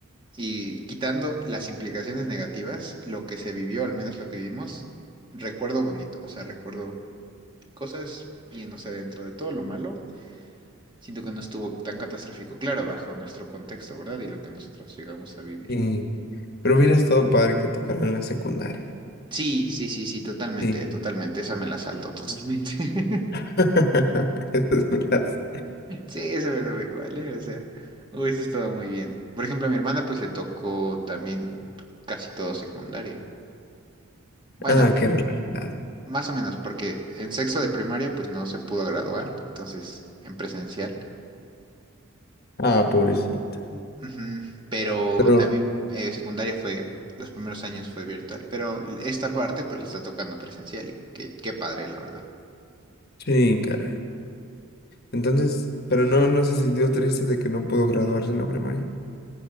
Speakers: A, on the right (about 20°); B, on the left (about 45°).
A: y quitando las implicaciones negativas, lo que se vivió, al menos lo que vivimos, recuerdo bonito, o sea, recuerdo cosas bien, o sea, dentro de todo lo malo Siento que no estuvo tan catastrófico. Claro, bajo nuestro contexto, ¿verdad? Y lo que nosotros llegamos a vivir.
B: Sí, pero hubiera estado padre que tocaran la secundaria.
A: Sí, sí, sí, sí, totalmente,
B: Sí.
A: totalmente. Esa me la salto totalmente. <laughs>
B: <laughs> Esas me las-
A: Sí, esa me daba igual, ¿eh? O sea, hubiese estado muy bien. Por ejemplo, a mi hermana pues le tocó también casi todo secundaria. Bueno,
B: Ah, qué relajada.
A: más o menos, porque en sexto de primaria pues no se pudo graduar, entonces en presencial.
B: Ah, pobrecita.
A: Ujú, Pero
B: Pero,
A: también eh, secundaria fue, los primeros años fue virtual, pero esta parte pues le está tocando presencial y qué, qué padre, la verdad.
B: sí, caray. Entonces, pero no, no se sintió triste de que no pudo graduarse en la primaria.